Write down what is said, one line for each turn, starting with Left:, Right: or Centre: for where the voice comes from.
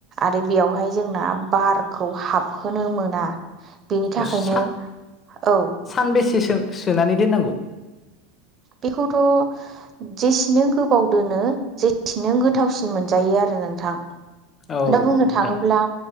Right: आरो बेयावहाय जोंना बारखौ हाबहोनो मोना। बेनि थाखायनो
Left: ओ सा
Right: औ
Left: सानबेसे सोनानै दोननांगौ?
Right: बेखौथ' जेसेनो गोबाव दोनो जेसेनो गोथावसिन मोनजायो आरो। नोंथां
Left: औ
Right: दा बुंनो
Left: नोंथां
Right: थाङोब्ला